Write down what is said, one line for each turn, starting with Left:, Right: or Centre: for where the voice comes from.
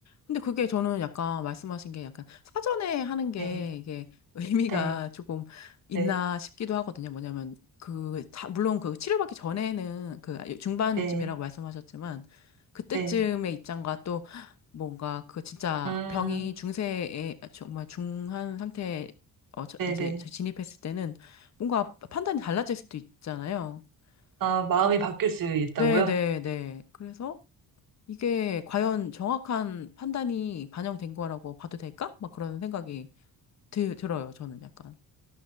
Left: 근데 그게 저는 약간 말씀하신 게 약간 사전에 하는 게
Right: 네,
Left: 이게 <laughs> 의미가
Right: 네,
Left: 조금 있나
Right: 네,
Left: 싶기도 하거든요. 뭐냐면 그, 다, 물론 그 치료받기 전에는 그 중반쯤이라고
Right: 네,
Left: 말씀하셨지만 그때쯤의
Right: 네.
Left: 입장과 또 뭔가 그 진짜
Right: 음,
Left: 병이 중세에 아, 정말 중한 상태에 어, 저-
Right: 네,
Left: 이제
Right: 네.
Left: 진입했을 때는 뭔가 판단이 달라질 수도 있잖아요.
Right: 아, 마음이
Left: 그-
Right: 바뀔 수 있다고요?
Left: 네, 네, 네. 그래서 이게 과연 정확한 판단이 반영된 거라고 봐도 될까? 막 그런 생각이 드, 들어요, 저는 약간.